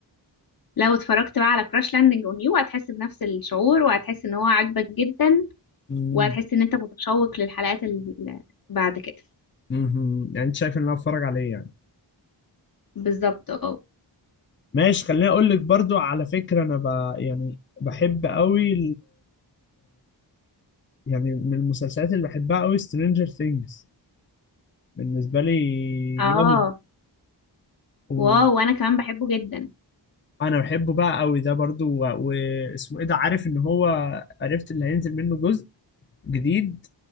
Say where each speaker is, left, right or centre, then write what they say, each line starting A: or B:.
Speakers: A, on the left; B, on the left.
A: لو اتفرجت بقى على كراش لاندنج اون يو هتحس بنفس الشعور وهتحس ان هو عاجبك جدا
B: امم
A: وهتحس ان انت متشوق للحلقات اللي بعد كده
B: امم يعني انت شايف ان انا اتفرج عليه يعني
A: بالظبط اه
B: ماشي خليني اقول لك برضو على فكره انا ب... يعني بحب قوي يعني من المسلسلات اللي بحبها قوي سترينجر ثينجز بالنسبة لي
A: اه
B: جامد وانا
A: واو وانا كمان بحبه جدا
B: بحبه بقى قوي ده برضو و- واسمه ايه ده عارف ان هو عرفت اللي هينزل منه جزء جديد